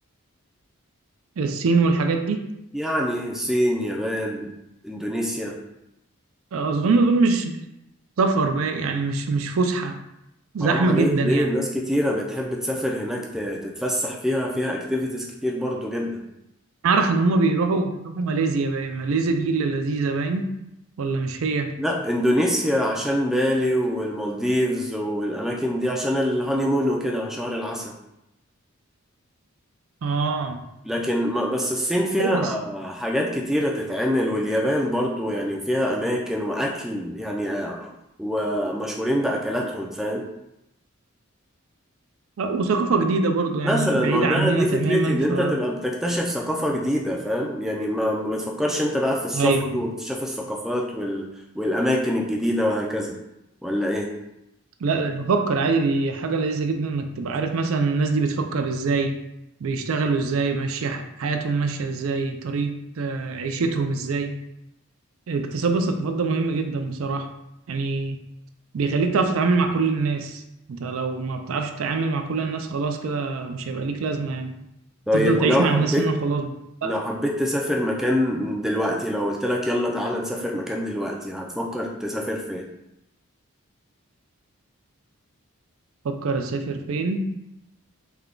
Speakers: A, on the right (about 70°); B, in the centre.
A: الصين والحاجات دي
B: يعني الصين يابان اندونيسيا
A: اظن دول مش مش سفر بقى يعني مش مش فسحة زحمة
B: حرام عليك
A: جدا
B: ليه
A: يعني
B: الناس كتيرة بتحب تسافر هناك ت- تتفسح فيها فيها اكتيفيتيز كتير برضو جدا
A: اعرف ان هما بيروحوا بيروحوا ماليزيا باين ماليزيا دي اللي لذيذة باين ولا مش هي
B: لا اندونيسيا عشان بالي والمالديفز والاماكن دي عشان الهانيمون وكده شهر العسل
A: اه
B: لكن ما بس الصين فيها
A: أيوة.
B: حاجات كتيرة تتعمل واليابان برضو يعني فيها اماكن واكل يعني آه، ومشهورين باكلاتهم فاهم
A: وثقافة جديدة برضو يعني
B: مثلا
A: بعيدة
B: ما هو ده
A: عننا
B: دي
A: تماما
B: فكرتي ان
A: ف
B: انت تبقى بتكتشف ثقافة جديدة فاهم يعني ما ما بتفكرش انت بقى في السفر
A: ايوه
B: واكتشاف الثقافات وال... والاماكن الجديدة وهكذا ولا ايه
A: لا بفكر عادي دي حاجة لذيذة جدا انك تبقى عارف مثلا الناس دي بتفكر ازاي بيشتغلوا ازاي ماشية ح- حياتهم ماشية ازاي طريقة آه، عيشتهم ازاي اكتساب الثقافات ده مهم جدا بصراحة يعني بيخليك تعرف تتعامل مع كل الناس انت لو ما بتعرفش تتعامل مع كل الناس خلاص كده مش هيبقى ليك لازمة يعني
B: طيب
A: تفضل
B: ولو
A: تعيش مع
B: حبيت
A: الناس هنا وخلاص
B: لو
A: بقى.
B: حبيت تسافر مكان دلوقتي لو قلت لك يلا تعالى نسافر مكان دلوقتي هتفكر تسافر فين
A: فكر اسافر فين